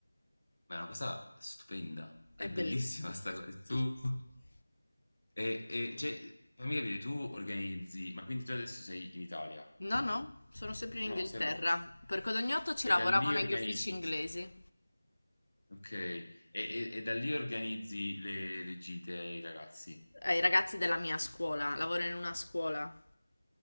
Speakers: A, on the left; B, on the left.
A: Ma è una cosa stupenda,
B: È
A: è
B: bellissimo.
A: bellissima sta cosa. Tu
B: <laughs>
A: e e cioè, fammi capire, tu organizzi ma quindi tu adesso sei in Italia?
B: No,
A: No.
B: no, sono sempre in
A: No,
B: Inghilterra.
A: sei a Sì, Londra. sì.
B: Per Codognoto ci
A: E
B: lavoravo
A: da lì
B: negli
A: organizzi
B: uffici inglesi.
A: okay. E e e da lì organizzi le le gite ai ragazzi.
B: Eh, I ragazzi della mia scuola, lavoro in una scuola.